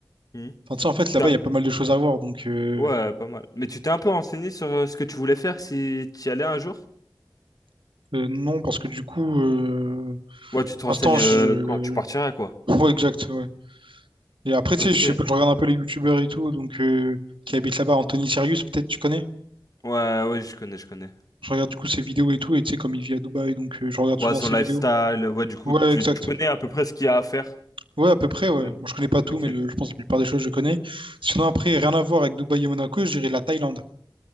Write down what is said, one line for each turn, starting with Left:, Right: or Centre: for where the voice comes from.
Left: Hmm.
Right: Enfin, tu sais, en fait,
Left: Tu
Right: là-bas,
Left: t'es-
Right: il y a pas mal de choses à voir. Donc, euh,
Left: Ouais, pas mal. Mais tu t'es un peu renseigné sur euh, ce que tu voulais faire si tu y allais un jour?
Right: euh, non, parce que du coup, euh,
Left: Ouais, tu te
Right: pour
Left: renseignes
Right: l'instant, je...
Left: euh, quand tu partiras, quoi.
Right: Ouais, exact, ouais. Et après, tu
Left: Ok.
Right: sais, je, sais
Left: Ouais,
Right: pas, je regarde un peu les youtubeurs et tout, donc, euh, qui habitent là-bas. Anthony Sirius, peut-être, tu connais?
Left: ouais, je connais, je connais.
Right: Je regarde du coup ses vidéos et tout, et tu sais, comme il vit à Dubaï, donc euh, je regarde souvent
Left: Ouais, son
Right: ses
Left: lifestyle,
Right: vidéos.
Left: ouais, du coup,
Right: Ouais,
Left: tu,
Right: exact.
Left: tu connais à peu près ce qu'il y a à faire.
Right: Ouais, à peu près, ouais.
Left: Même.
Right: Moi, je connais pas tout,
Left: Ok.
Right: mais le- je pense que la plupart des choses, je connais. Sinon, après, rien à voir avec Dubaï et Monaco, je dirais la Thaïlande.